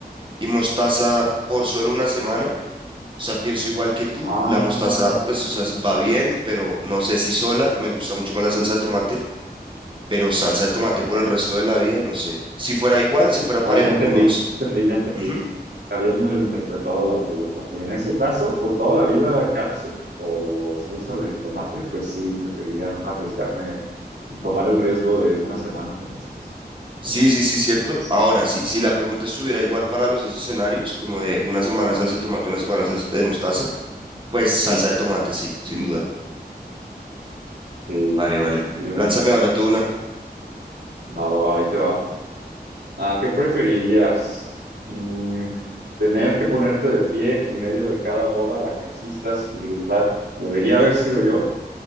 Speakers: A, on the right (about 30°); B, on the right (about 80°).
A: y mostaza por solo una semana, o sea, pienso igual que tú,
B: Ah,
A: la mostaza, pues, o sea, va bien,
B: es-
A: pero no sé si sola, me gusta mucho más la salsa de tomate pero salsa de tomate
B: Ya,
A: por el resto de la vida, no sé. Si fuera igual, si fuera
B: ya,
A: parejo,
B: ya entendí,
A: como... s-
B: ya entendí, ya entendí.
A: ujú.
B: Había malinterpretado la pregunta, pero en ese caso, por toda la vida, catsup o salsa de tomate, pues sí, prefería no arriesgarme, tomar el riesgo de una semana con ustedes.
A: Sí,
B: <laughs>
A: sí, sí, cierto. Ahora sí,
B: Ajá.
A: si la pregunta estuviera igual para los dos escenarios, como de una semana salsa de
B: Ajá.
A: tomate, una semana salsa de mostaza, pues salsa de tomate, sí, sin
B: Ujú.
A: duda.
B: Sí,
A: Vale,
B: definitivamente.
A: vale. Lánzame ahora tú una.
B: Va, va, va, ahí te va. Ah, ¿qué preferirías? Mm, ¿tener que ponerte de pie en medio de cada boda a la que asistas y gritar, debería haber sido yo?